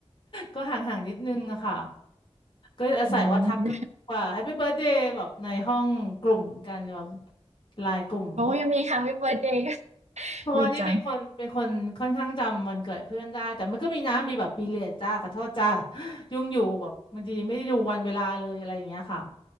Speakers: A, on the left; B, on the right.
A: ก็ห่างๆนิดนึงอะค่ะก็อาศัยว่าทักกันกว่า
B: อืม
A: h a p ป y b เบิร์ a เดย์แบบในห้องกลุ่มกันแบบไลน์กลุ่มก็แบบ
B: โอยังมี Happy Birthday กัน
A: เพราะว่านี่เป็นคนเป็นคนค่อนข้างจำวันเกิดเพื่อนได้แต่มันก็มีน้ำมีแบบปีเลียดจ้าขอโทษจ้า
B: ดีจัง
A: <laughs> ยุ่งอยู่แบบบางทีไม่ได้ดูวันเวลาเลยอะไรอย่างเงี้ยค่ะ